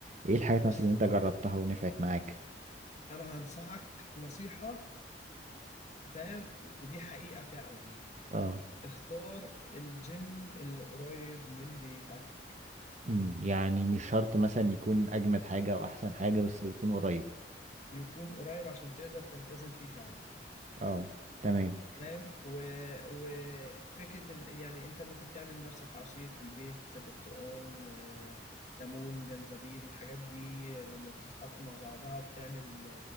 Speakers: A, on the right; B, on the left.
A: ايه الحاجات
B: بص
A: مثلا اللي انت جربتها ونفعت معاك
B: انا هنصحك نصيحة فاهم ودي حقيقة فعلا
A: اه
B: اختار الجيم اللي قريب من بيتك
A: امم يعني مش شرط مثلا يكون اجمد حاجه او احسن حاجه بس يكون قريب
B: يكون قريب عشان تقدر تلتزم فيه فعلا
A: اه تمام
B: فاهم و... وفكرة إن- يعني انت ممكن تعمل لنفسك عصير في البيت برتقال آه، ليمون جنزبيل الحاجات دي لما بتتحط مع بعضها بتعمل